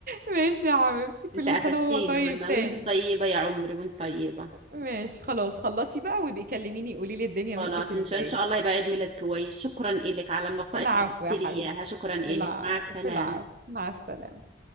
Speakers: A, on the right; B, on the right.
A: ماشي يا حبيبتي كل
B: انت قفدتيني
A: سنة وهو طيب
B: والله
A: تاني
B: وانت طيبة يا عمري وانت طيبة
A: ماشي خلاص خلصي بقى وبيكلميني قولي لي الدنيا
B: خلاص
A: مشيت ازاي
B: ان شاء ان شاء الله يبقى عيد ميلاد كويس شكرا إلك على النصائح
A: العفو
B: اللي قلت
A: يا حبيبتي
B: لي اياها شكرا إلك
A: العب
B: مع السلامة
A: في العب مع السلامة